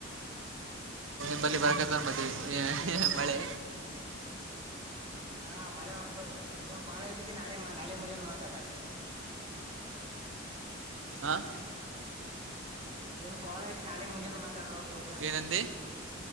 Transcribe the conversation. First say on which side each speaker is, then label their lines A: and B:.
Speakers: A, on the right (about 75°); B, on the right (about 30°).
A: ನಿ್ಲ್ಲಿ ಬರಕತ್ತ ಮತ್ತವಿ ಮಳೆ.
B: ಹಾ ಮಳೆ ಉಂಟು ಇದೊಂದು ಕಾಲ ನಾಳೆ ನಾಳೆ ಮುಂಜಾನ ಮಾತಾಡ್ರರಿ
A: ಆ
B: ಇದಂದು ಕಾಲ್ ಐತಿ ಹಳ ಮುಂಜಾನೆ ಮಾತಾಡ್ರೋ ಸರ್
A: ಏನಂದಿ?